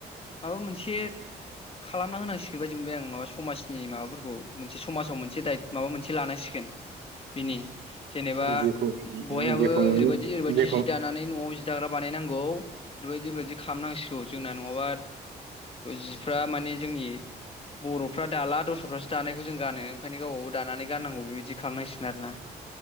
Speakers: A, on the left; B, on the right.
A: माबा मोनसे एसे खालामना होनांसि बेबायदि मोनबाय आं माबा समाजनि माबाफोरखौ मोनसे समाजाव मोनसे दायथ माबा मोनसे लानांसिगोन बिनि जेनेबा
B: जेखौ
A: बयहाबो
B: जेखौ नुयो
A: ओरैबायदि ओरैबायदि
B: जेखौ
A: जि दानानै नआव जि दाग्रा बानायनांगौ ओरैबायदि ओरैबायदि खालामनांसि औ जोंना न'ङाबा जिफ्रा माने जोंनि बर'फ्रा दाला दस्राफ्रासो दानायखौ जों गानो ओंखायनो गावबा गाव दानानै गाननांगौ बेबायदि खालामनांसि नारोना